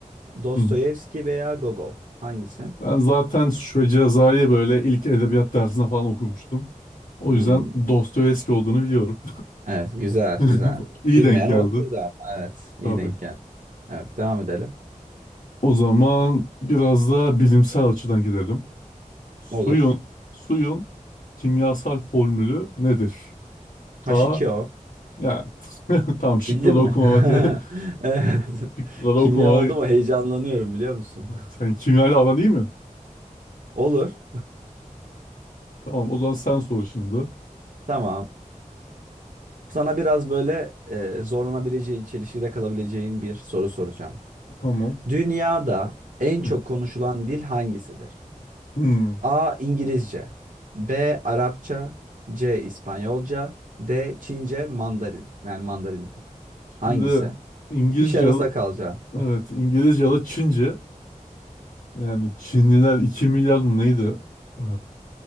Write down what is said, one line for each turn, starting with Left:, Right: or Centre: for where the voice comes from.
Right: Dostoyevski
Left: hı.
Right: veya Gogol. Hangisi?
Left: Ben zaten Suç ve Ceza'yı böyle ilk edebiyat dersinde falan okumuştum. O
Right: Hmm,
Left: yüzden Dostoyevski olduğunu biliyorum.
Right: Evet, güzel,
Left: <laughs>
Right: güzel.
Left: İyi
Right: Bilmeyen
Left: denk geldi.
Right: Tamam. olabilirdi ama. Evet, iyi
Left: Tabii.
Right: denk geldi. Evet, devam edelim.
Left: O zaman biraz da bilimsel açıdan gidelim. Suyun,
Right: Olur.
Left: suyun kimyasal formülü nedir? A,
Right: H2O.
Left: yani <laughs> tam şıkları
Right: Bildin mi?
Left: okumama
Right: <laughs>
Left: ge-
Right: Evet.
Left: <laughs> şıkları
Right: Kimya
Left: okumama
Right: oldu mu? Heyecanlanıyorum biliyor musun?
Left: sen kimyayla aran değil mi?
Right: <laughs> Olur.
Left: Tamam o zaman sen sor şimdi.
Right: Tamam. Sana biraz böyle e, zorlanabileceğin, çelişkide kalabileceğin bir soru soracağım.
Left: Tamam.
Right: Dünyada en
Left: <laughs>
Right: çok konuşulan dil hangisidir?
Left: Hmm.
Right: A. İngilizce. B. Arapça. C. İspanyolca. D. Çince, Mandarin. Yani Mandarinca.
Left: Şimdi
Right: Hangisi?
Left: İngilizce
Right: kişi arasında kalacağım.
Left: Evet İngilizce ya da Çince. Yani Çinliler 2 milyar mı neydi? Ee,